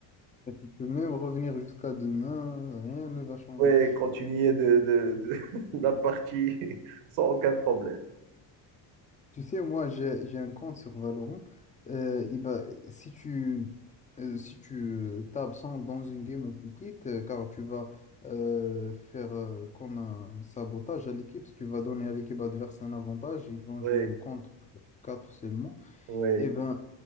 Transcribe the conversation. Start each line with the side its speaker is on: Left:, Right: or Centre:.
Left: Tu peux même revenir jusqu'à demain, rien ne va changer.
Right: Ouais, continuer de, de- de- <laughs> la partie <laughs> sans aucun problème.
Left: Tu sais, moi, j'ai, j'ai un compte sur Valorant. Euh, et ben, si tu euh, si tu euh, t'absentes dans une game ou tu quittes, euh, car tu vas euh, faire euh, comme un sabotage à l'équipe, si tu vas donner à l'équipe adverse un avantage, ils vont
Right: Ouais,
Left: jouer contre 4 seulement,
Right: ouais.
Left: et ben,